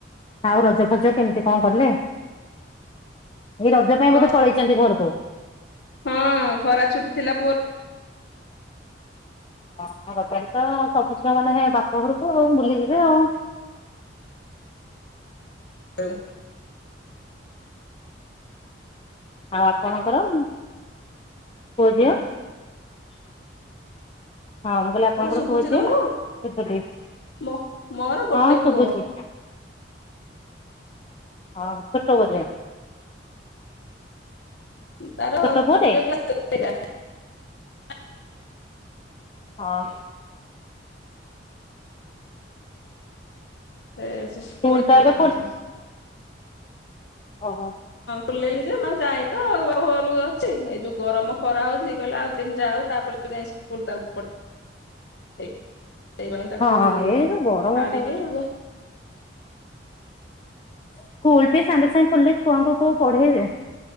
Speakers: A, on the left; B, on the left.
A: ଆଉ ରଜ ଫଜ କେମିତି କଣ କଲେ ଏଇ ରଜ ପାଇଁ
B: କଣ
A: ବୋଧେ ପଳେଇଛନ୍ତି ଘରକୁ?
B: ହଁ ଖରା ଛୁଟି ଥିଲା ପୁଅ
A: ହଁ ରଜରେ ତ ସବୁ ଝିଅ ମାନେ ହେ ବାପ ଘରକୁ ଆଉ ବୁଲିଯିବେ ଆଉ।
B: ଆଉ
A: ଆଉ ଆପଣଙ୍କର ପୁଅ
B: ହ୍ୟାଲୋ
A: ଝିଅ <inaudible> ହଁ ମୁଁ କହିଲି ଆପଣଙ୍କର
B: କଥା ଶୁଭୁଛି
A: ପୁଅ ଝିଅ
B: ତମକୁ
A: କେତୋଟି
B: ମୋ ମୋର ଗୋଟେ
A: ହଁ
B: ପୁଅ।
A: ସୁବୁଛି ହଁ ଛୋଟ ବୋଧେ
B: ତାର
A: ଛୋଟ ପୁଅଟେ?
B: ତୃତୀୟ କ୍ଲାସ <unintelligible>
A: ହଁ।
B: ସେ ଶିଶୁମନ୍ଦିର
A: ସ୍କୁଲ ତ ଏବେ
B: ରେ ପଢୁଚି।
A: ଓ ହୋ।
B: ଖୋଲିଲାଣି ଯେ ଆଉ ଯାଇ ତ ଘରୁ ଅଛି। ତ ଯାଇ ଯଉ ଗରମ ଖରା ହଉଚି। କହିଲି ଆଉ ଦିନ ଯାଉ ତାପରେ ଯାଇ ସ୍କୁଲ ତାକୁ ପଠେଇବି। <inaudible> ସେଇଥି ପାଇଁ ତାକୁ
A: ହଁ ହଁ ଏଇ ଯୋଉ ଗରମ
B: ଛାଡିନି
A: କୁ
B: ଆଉ।
A: ସ୍କୁଲ ବି ସାଙ୍ଗେ ସାଙ୍ଗେ ଖୋଲିଲେ ଛୁଆଙ୍କୁ କୋଉ ପଢେଇବେ।